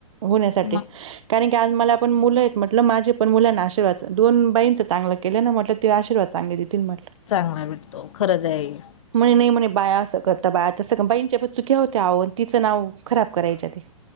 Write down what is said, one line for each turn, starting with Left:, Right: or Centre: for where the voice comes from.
Right: होण्यासाठी.
Left: मग
Right: कारण की आज मलापण मूलंयेत म्हटलं, माझे पण मुलांना आशीर्वाद, दोन बाईंचं चांगलं केलं ना म्हटलं तेवा आशीर्वाद चांगले देतील म्हटलं.
Left: चांगला भेटतो, खरंच आहे.
Right: म्हणे नही म्हणे बाया असं करता, बाया तसं करता. बाईंच्या पण चुक्या होत्या आवो, आणि तिचं नाव खराब करायच्या. <inaudible>